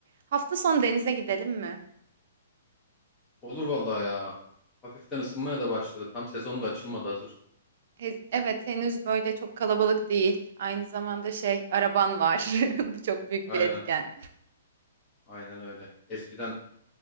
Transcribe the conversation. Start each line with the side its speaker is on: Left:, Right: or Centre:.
Right: Hafta sonu denize gidelim mi?
Left: Olur vallahi ya. Hafiften ısınmaya da başladı. Tam sezon da açılmadı hazır.
Right: He- evet, henüz böyle çok kalabalık değil. Aynı zamanda şey, araban var. <laughs> Bu çok büyük
Left: Aynen.
Right: bir etken.
Left: Aynen öyle. Eskiden